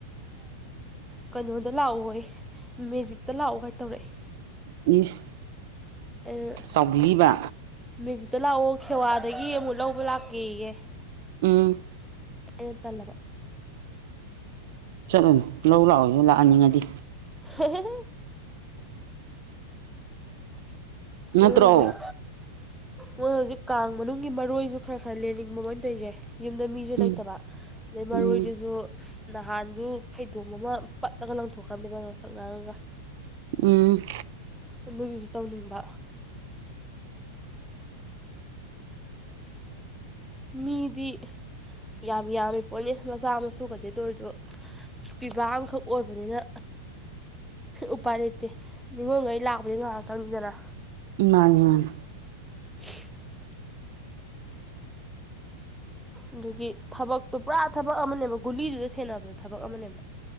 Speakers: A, in the centre; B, on the right.
A: ꯀꯩꯅꯣꯗ ꯂꯥꯛꯑꯣꯌꯦ ꯃꯦꯖꯤꯛꯇ ꯂꯥꯛꯑꯣꯒꯥꯏ ꯇꯧꯔꯛꯑꯦ
B: ꯏꯁ
A: ꯑꯩꯅꯥ
B: ꯆꯥꯎꯕꯤꯔꯤꯕ
A: ꯃꯦꯖꯤꯛꯇ ꯂꯥꯛꯑꯣ ꯈꯦꯋꯥꯗꯒꯤ ꯑꯃꯨꯛ ꯂꯧꯕ ꯂꯥꯛꯀꯦꯌꯦ
B: ꯎꯝ
A: ꯑꯩꯅꯥ ꯇꯜꯂꯕ꯫
B: ꯆꯠꯂꯨꯅꯨ ꯂꯧ ꯂꯥꯛꯑꯣꯌꯣ ꯂꯥꯛꯑꯟꯅꯤꯡꯉꯗꯤ꯫
A: ꯍꯦ ꯍꯦ ꯍꯦ꯫ ꯃꯣꯏ
B: ꯅꯠꯇ꯭ꯔꯣ
A: ꯍꯧꯖꯤꯛ ꯃꯣꯏ ꯍꯨꯖꯤꯛ ꯀꯥꯡ ꯃꯅꯨꯡꯒꯤ ꯃꯔꯣꯏꯖꯨ ꯈ꯭ꯔ ꯈ꯭ꯔ ꯂꯦꯟꯅꯤꯡꯕ ꯃꯣꯏꯅ ꯇꯣꯢꯖꯦ꯫ ꯌꯨꯝꯗ ꯃꯤꯖꯨ
B: ꯎꯝ
A: ꯂꯩꯇꯕ ꯑꯗꯩ ꯃꯔꯣꯏꯗꯨꯁꯨ
B: ꯎꯝ
A: ꯅꯍꯥꯟꯖꯨ ꯐꯩꯗꯣꯝ ꯑꯃ ꯄꯠꯂꯒ ꯂꯪꯊꯣꯛꯈ꯭ꯔꯕꯅꯦꯕ ꯉꯡꯁꯪ ꯉꯥꯡꯉꯒ꯫
B: ꯎꯝ꯫
A: ꯑꯗꯨꯒꯤꯁꯨ ꯇꯧꯅꯤꯡꯕ ꯃꯤꯗꯤ ꯌꯥꯝ ꯌꯥꯝꯃꯤ ꯄꯣꯠꯅꯤ ꯃꯆꯥ ꯃꯁꯨ ꯀꯗꯦꯗ ꯑꯣꯏꯔꯁꯨ ꯄꯤꯕꯥ ꯑꯃꯈꯛ ꯑꯣꯏꯕꯅꯤꯅ ꯎꯄꯥꯏ ꯂꯩꯇꯦ ꯅꯤꯉꯣꯟꯈꯩ ꯂꯥꯛꯄꯗꯤ ꯉꯥꯏꯍꯥꯛꯇꯪꯅꯤꯗꯅ
B: ꯃꯥꯅꯤꯅꯤ
A: <inaudible> ꯑꯗꯨꯒꯤ ꯊꯕꯛꯇꯣ ꯄꯨꯔꯥ ꯊꯕꯛ ꯑꯃꯅꯦꯕ ꯒꯨꯂꯤꯗꯨꯗ ꯁꯦꯟꯅꯕꯗ ꯊꯕꯛ ꯑꯃꯅꯦꯕ